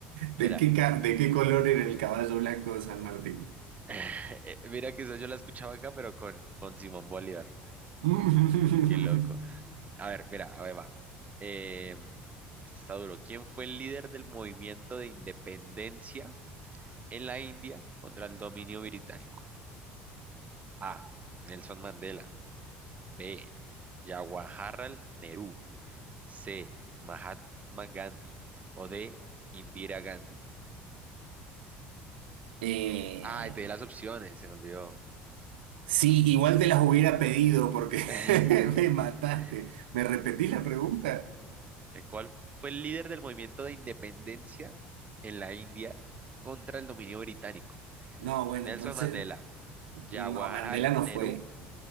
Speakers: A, on the right; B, on the right.
A: ¿De
B: Mira,
A: qué, ca- de qué color era el caballo blanco de San Martín?
B: <laughs> eh, mira que eso yo la escuchaba acá, pero con, con Simón Bolívar.
A: <laughs>
B: Qué loco. A ver, mira, a ver, va. Eh, este está duro. ¿Quién fue el líder del movimiento de independencia en la India contra el dominio británico? A. Nelson Mandela. B. Jawaharlal Nehru. C. Mahatma Gandhi. O D. Indira Gandhi.
A: Eh,
B: Ay, te di las opciones, se me olvidó.
A: sí, igual te las hubiera pedido porque
B: <laughs>
A: <laughs> me mataste. ¿Me repetís la pregunta?
B: El cual fue el líder del movimiento de independencia en la India contra el dominio británico.
A: No, bueno,
B: Nelson
A: entonces,
B: Mandela,
A: no,
B: Jawaharlal
A: Mandela no
B: Nehru,
A: fue